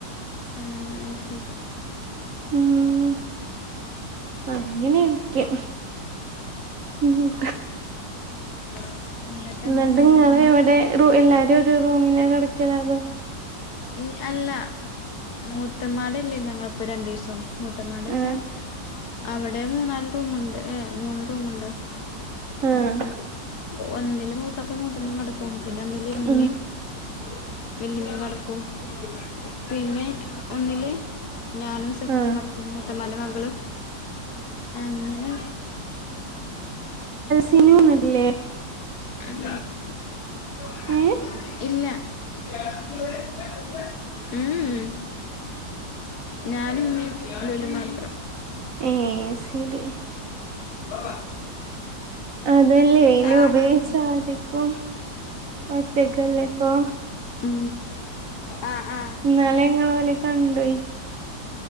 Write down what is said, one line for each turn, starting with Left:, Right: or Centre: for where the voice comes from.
Left: ആഹ് അത് ശരി.
Right: ഉം അങ്ങനെയൊക്കെ. ഉം
Left: <inaudible>
Right: ന്ന്ട്ട്
Left: അങ്ങനെ
Right: ഇങ്ങള്
Left: പോന്ന്
Right: എവിടെ എല്ലാരും ഒരു റൂമിലാ കിടക്കല് അതും.
Left: ഉം അല്ല. മൂത്തമ്മാടല്ലേ ഞങ്ങളിപ്പോ രണ്ടിസം. മുത്തമാടെ വച്ചാ.
Right: ആഹ്
Left: അവിടെ മൂന്നാല് റൂമുണ്ട്, ഏ മൂന്ന് റൂമുണ്ട്. അവിടപ്പം
Right: ആഹ്
Left: ഒന്നില് മൂത്തപ്പയും മൂത്തമ്മയും കിടക്കും. പിന്നെ ഒന്നില് ഉമ്മേം,
Right: ഉം
Left: <unintelligible> കും. പിന്നെ ഒന്നില് ഞാനും സെഫിദയും
Right: ആഹ്
Left: കെടക്കും. മ്മാൻ്റെ മക്കള്. അങ്ങനെ.
Right: <unintelligible> ട്ടില്ലേ?
Left: <inaudible>
Right: ഏ
Left: ഇല്ല. മ് ഉം. ഞാനും ഉമ്മീയും <unintelligible> മാത്രം.
Right: ഏ ശരി.
Left: <inaudible>
Right: അതല്ലേ <unintelligible>
Left: ആഹ് ആഹ്
Right: സാധിക്കും, ഒറ്റക്കല്ലേ ഇപ്പൊ
Left: ഉ ആ ആഹ <inaudible>
Right: നാളെ ഇങ്ങള് ഓലെ കണ്ടോയ്